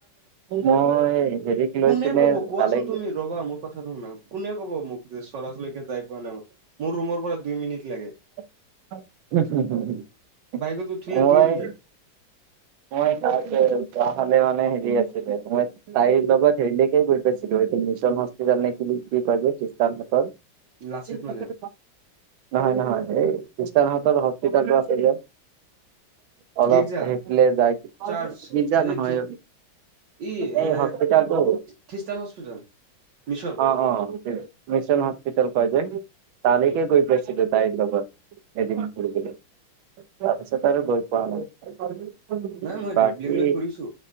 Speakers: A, on the right (about 85°); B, on the right (about 65°).
A: মই হেৰিক লৈ
B: কোনে
A: পিনে
B: ক'ব কোৱাচোন
A: তালে
B: তুমি ৰবা মোৰ কথাটো শুনা। কোনে ক'ব মোক যে চৰাচলৈকে যাই পোৱা নাই মই, মোৰ ৰুমৰ পৰা দুই মিনিট লাগে।
A: মই।
B: বাইকত উঠিলে দুই মিনিট
A: মই তাত যোৱা হ'লে মানে হেৰি আছিলে মই তাইৰ লগত হেৰিলৈকে গৈ পাইছিলোঁ। এইটো মিছন হস্পিতেল নে কি বুলি কি কয় যে খ্ৰীষ্টান হাটৰ।
B: লাচিত
A: নহয়,
B: মৈদাম
A: নহয়, এই খ্ৰীষ্টানহাটৰ হস্পিতালটো আছে যে। অলপ
B: গীৰ্জা
A: সেইফালে যাই
B: চাৰ্চ
A: গিজা ন
B: এই
A: হয়
B: ই
A: এই
B: এ
A: হস্পিতলটো
B: খ্ৰীষ্টান হস্পিটেল মিছন
A: অ' অ' মিছন হস্পিতেল কয় যে তালৈকে
B: উম
A: গৈ পাইছিলোঁ। তাইৰ লগত এদিন ফুৰিবলৈ, তাৰপিছত আৰু গৈ পোৱা নাই।
B: নাই মই
A: বাকী
B: ৰিবলিক লৈ ফুৰিছো।